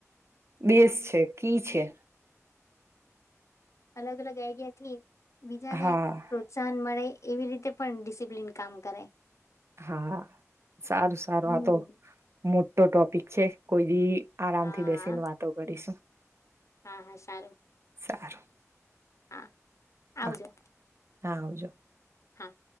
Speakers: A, on the right; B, on the left.
A: ડેશ
B: હા
A: છે કિ છે
B: અલગ અલગ આઈડિયાથી બીજા
A: હા
B: ને પ્રોત્સાહન મળે એવી રીતે પણ ડિસિપ્લિન કામ કરે
A: હા સારું સારું
B: હમ
A: આ તો નો ટોપકસ છે કોઈ દી આરામ
B: હા
A: થી બેસીને વાતો કરીશું.
B: હા હા સારું.
A: સારું.
B: હાં આવજો.
A: હા હા આવજો.
B: હા